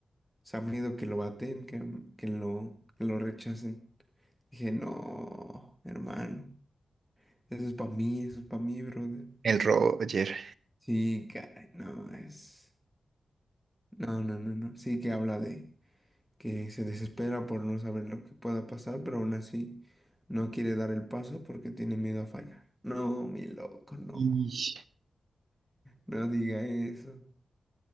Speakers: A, in the centre; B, on the right.
A: o sea, miedo que lo baten, que, que lo, que lo rechacen. Dije, no, hermano. Eso es para mí, eso es para mí, brother.
B: el Roger.
A: Sí, caray, no, es... No, no, no, no. Sí que habla de que se desespera por no saber lo que pueda pasar, pero aún así no quiere dar el paso porque tiene miedo a fallar. No, mi loco, no.
B: Y
A: No diga eso.